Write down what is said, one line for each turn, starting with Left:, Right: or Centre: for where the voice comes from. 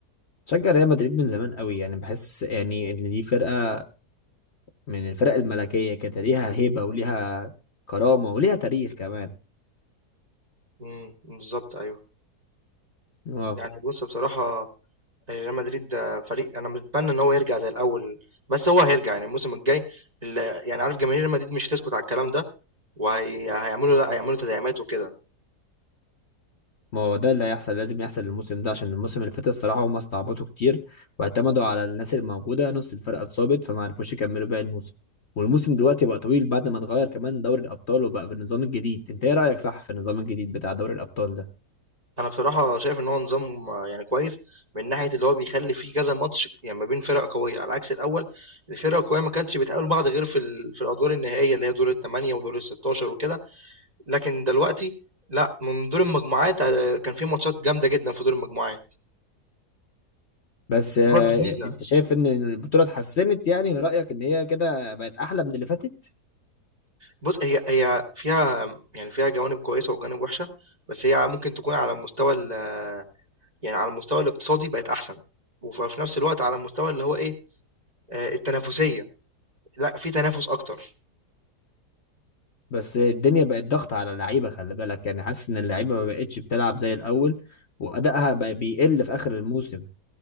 Left: شجع ريال مدريد من زمان قوي يعني بحس يعني ان دي فرقه من الفرق الملكيه كده ليها هيبه وليها كرامه وليها تاريخ كمان
Right: إمم، بالضبط أيوه.
Left: اه
Right: يعني بص بصراحة يعني ريال مدريد ده فريق أنا متمنى إن هو يرجع زي الأول بس هو هيرجع يعني الموسم الجاي ال- يعني عارف جماهير ريال مدريد مش هتسكت على الكلام ده وهيعملوا لا هيعملوا تدعيمات وكده
Left: ما هو ده اللي هيحصل لازم يحصل الموسم ده عشان الموسم اللي فات الصراحة هم استعبطوا كتير واعتمدوا على الناس الموجودة نص الفرقة اتصابت فما عرفوش يكملوا باقي الموسم والموسم دلوقتي بقى طويل بعد ما اتغير كمان دوري الأبطال وبقى بالنظام الجديد انت ايه رأيك صح في النظام الجديد بتاع دوري الأبطال ده
Right: أنا بصراحة شايف إن هو نظام آه، يعني كويس من ناحية اللي هو بيخلي فيه كذا ماتش يعني ما بين فرق قوية على عكس الأول الفرق القوية ما كانتش بتقابل بعض غير في ال... في الأدوار النهائية اللي هي دور الثمانية ودور الستاشر وكده لكن دلوقتي لا من دور المجموعات آه، كان في ماتشات جامدة جدا في دور المجموعات
Left: بس آه،
Right: دي برضه ميزة
Left: انت شايف ان البطولة اتحسنت يعني من رأيك ان هي كده بقت احلى من اللي فاتت
Right: بُص، هي هي فيها يعني فيها جوانب كويسة وجوانب وِحشة، بس هي ممكن تكون على المستوى ال يعني على المستوى الاقتصادي بقت أحسن، وف وفي نفس الوقت على المستوى اللي هو إيه، آآ التنافسية، لأ في تنافس أكتر،
Left: بس الدنيا بقت ضغط على اللعيبة خلي بالك يعني حاسس ان اللعيبة ما بقتش بتلعب زي الأول وأدائها بقى بيقل في آخر الموسم